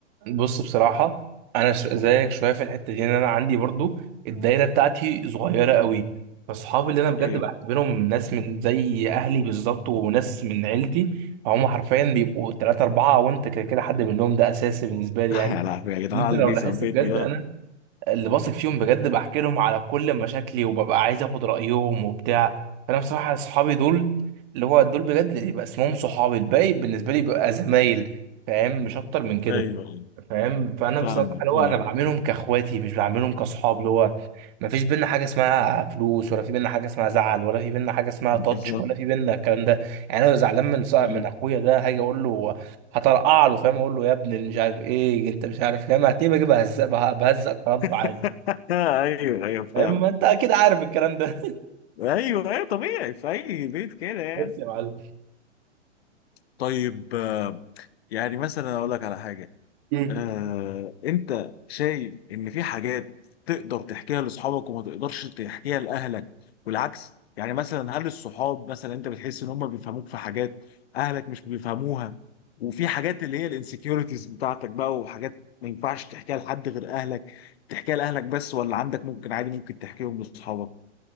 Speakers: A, on the right; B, on the left.
A: بص بصراحة أنا ش- زيك شوية في الحتة دي إن أنا عندي برضو الدايرة بتاعتي صغيرة قوي فأصحابي اللي أنا بجد
B: إيه؟
A: بعتبرهم ناس من زي أهلي بالظبط وناس من عيلتي فهم حرفيا بيبقوا تلاتة أربعة وأنت كده كده حد منهم ده أساسي بالنسبة لي يعني
B: يا لهوي يا جدعان
A: إن أنت
B: على اللي
A: لو
B: بيثبتني
A: لاحظت بجد
B: ده
A: أنا اللي بثق فيهم بجد بحكي لهم على كل مشاكلي وببقى عايز اخد رايهم وبتاع فانا بصراحه اصحابي دول اللي هو دول بجد اللي يبقى اسمهم صحابي الباقي بالنسبه لي بيبقى زمايل فاهم مش اكتر من كده
B: ايوه
A: فاهم فانا
B: فاهمك
A: بصراحه اللي هو
B: فاهم
A: انا بعملهم كاخواتي مش بعملهم كاصحاب اللي هو ما فيش بينا حاجه اسمها فلوس ولا في بينا حاجه اسمها زعل ولا في بينا حاجه اسمها
B: بالظبط
A: تاتش ولا في بينا الكلام ده يعني انا لو زعلان من صاحب
B: ايوه
A: من اخويا ده هاجي اقول له هطرقع له فاهم اقول له يا ابني اللي مش عارف ايه انت مش عارف فاهم هتلاقيه بجيب بهزق بهزق كرامته عادي
B: <laughs> ايوه ايوه فاهم
A: ما انت اكيد عارف الكلام ده
B: ايوه ايوه طبيعي في اي بيت كده
A: <laughs>
B: يعني
A: بس يا معلم
B: طيب آه، يعني مثلا اقول لك على حاجه
A: مم.
B: آه، انت شايف ان في حاجات تقدر تحكيها لاصحابك وما تقدرش تحكيها لاهلك والعكس يعني مثلا هل الصحاب مثلا انت بتحس ان هم بيفهموك في حاجات اهلك مش بيفهموها وفي حاجات اللي هي الانسكيورتيز بتاعتك بقى وحاجات ما ينفعش تحكيها لحد غير اهلك تحكيها لاهلك بس ولا عندك ممكن عادي ممكن تحكيهم لاصحابك